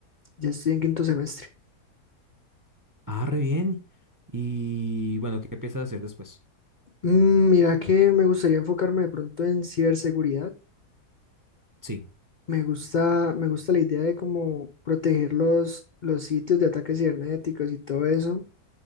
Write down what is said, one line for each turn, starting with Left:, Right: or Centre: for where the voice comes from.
Left: Ya estoy en quinto semestre.
Right: Ah, re bien. Y bueno, ¿qué piensas hacer después?
Left: Mm, Mira que me gustaría enfocarme de pronto en ciberseguridad.
Right: Sí.
Left: Me gusta, me gusta la idea de cómo proteger los, los sitios de ataques cibernéticos y todo eso.